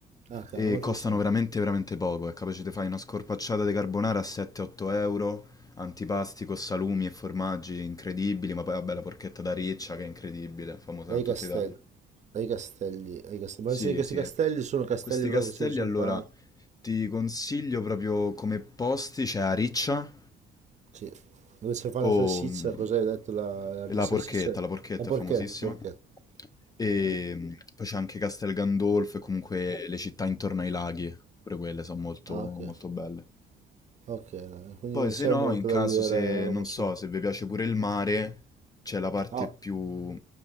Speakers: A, on the right; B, on the left.
A: ah, ca-
B: e
A: la matriciana,
B: costano veramente veramente poco. È capace di fare una scorpacciata di carbonara a 7-8 euro, antipasti con salumi e formaggi incredibili, ma poi vabbè la porchetta da riccia che è incredibile, famosa
A: dai
B: in tutta
A: castelli,
B: Italia.
A: dai castelli, dai castelli.
B: Sì,
A: Ma sì, questi
B: sì.
A: castelli sono castelli
B: Questi
A: proprio
B: castelli
A: che ce ne sono
B: allora
A: tanti.
B: ti consiglio proprio come posti, c'è Ariccia,
A: Sì, dove si fa
B: o
A: la salsiccia,
B: mh,
A: cos'hai detto? La,
B: la
A: la salsiccia?
B: porchetta, la porchetta
A: La porchetta,
B: è famosissima.
A: porchetta.
B: E
A: Eh,
B: mh, poi c'è anche Castel Gandolfo e comunque le città intorno ai laghi, pure quelle sono molto,
A: Ah, ok,
B: molto belle.
A: ok, dai, quindi
B: Poi
A: non
B: se
A: c'è
B: no,
A: molto
B: in caso
A: da vedere
B: se,
A: a Roma
B: non
A: Sud.
B: so, se vi piace pure il mare, c'è la parte
A: Ah,
B: più,